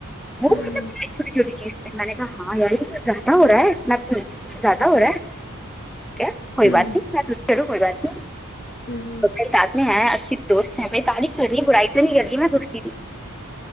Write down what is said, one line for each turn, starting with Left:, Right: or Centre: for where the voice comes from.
Centre: وہ
Left: ہوں
Centre: مطلب چوٹی چھوٹی چیز میں نے کہا ہاں یار کچھ زیادہ ہو رہا ہے میں پ زیادہ ہو رہا ہے ٹھیک ہے کوئی
Left: ہوں
Centre: بات نہیں میں سوچتے رہوں کوئی بات
Left: ہوں
Centre: نہیںات نہیں اچھی دوست ہے بھائی تعریف کر رہی برائی تو نہیں کر رہی میں سوچتی تھی